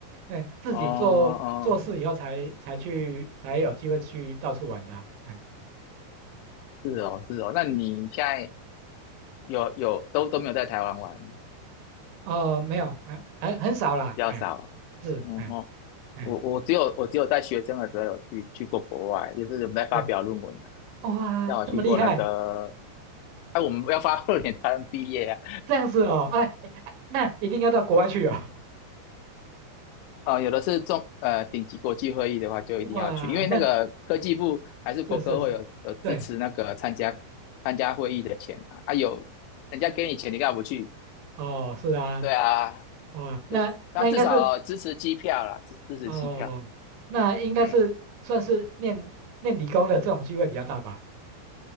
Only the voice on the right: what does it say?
哎，自己做做事以后才才去才有机会去到处玩的啊哎，
哦，没有，还还很少啦，
哎，是，
哎哎
是，哇，
这么厉害，
这样子哦，哎，哎哎那一定要到国外去哦，
<laughs> 哇，
那是是是，对，
哦，是啊，
哇，那那应该是
哦，那应该是算是念念理工的这种机会比较大吧